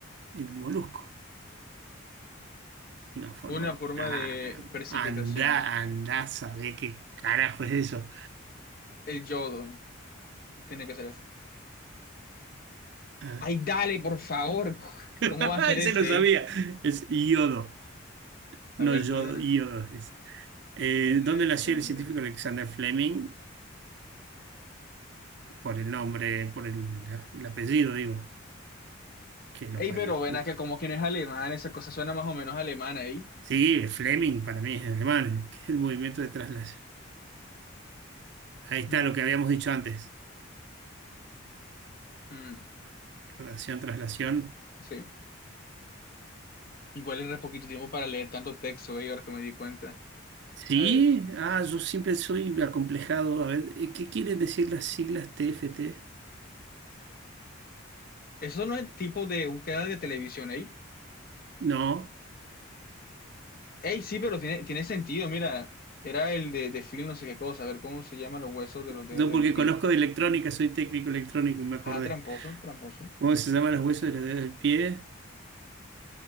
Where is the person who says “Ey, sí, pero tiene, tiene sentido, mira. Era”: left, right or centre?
Left